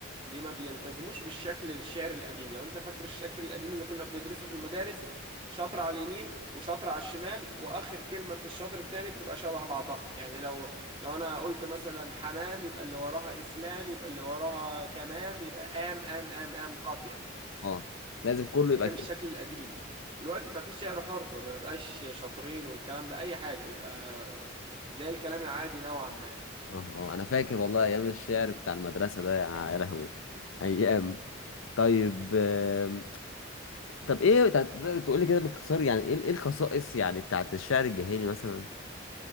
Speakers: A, on the right (about 25°); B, on the left (about 80°).
A: دي ما بيلتزموش بالشكل الشعر القديم لو انت فاكر الشكل القديم اللي كنا بندرسه في المدارس شطر على اليمين وشطر على الشمال واخر كلمة في الشطر التاني بتبقى شبه بعضها يعني لو لو انا قلت مثلا حمام يبقى اللي وراها اسلام يبقى اللي وراها تمام يبقى ام ام ام ام قافية
B: اه لازم كله
A: ده
B: يبقى
A: كان
B: كده
A: الشكل القديم دلوقتي بقى في شعر حر ما بقاش شطرين والكلام ده اي حاجة بيبقى زي الكلام العادي نوعا ما
B: اه اه انا فاكر والله ايام الشعر بتاع المدرسه ده يا يا لهوي ايام طيب آم، طب ايه تقدر تقول لي كده باختصار يعني ايه ايه الخصائص يعني بتاعت الشعر الجاهلي مثلا